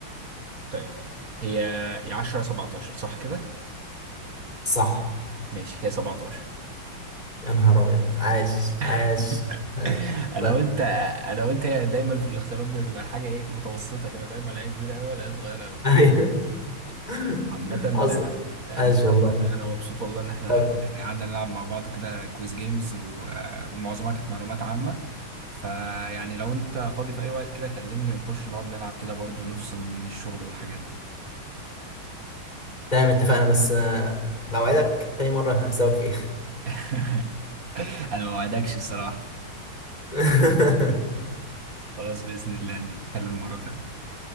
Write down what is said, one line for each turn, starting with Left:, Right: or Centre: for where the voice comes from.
Right: طيب هي هي 10 17 صح كده
Left: صح
Right: ماشي هي 17
Left: يا نهار أبيض عاش عاش
Right: <laughs>
Left: عاش
Right: انا
Left: طيب
Right: قلت انا قلت هي دايما في الاختيارات بتبقى الحاجة ايه متوسطة كده فاهم ولا هي كبيرة قوي ولا هي صغيرة قوي
Left: أيوه <laughs>
Right: عامة
Left: حصل
Right: عامة
Left: عاش والله
Right: أنا مبسوط والله إن إحنا
Left: طيب
Right: يعني قعدنا نلعب مع بعض كده كويز جيمز و... ومعظمها كانت معلومات عامة فيعني لو أنت فاضي في أي وقت كده كلمني ونخش نقعد نلعب كده برضه نفصل من الشغل والحاجات دي
Left: تمام اتفقنا بس آه، لو عايزك تاني مرة هكسبك فيها
Right: <laughs> أنا ما وعدكش الصراحة
Left: <laughs>
Right: خلاص بإذن الله نتكلم مرة تانية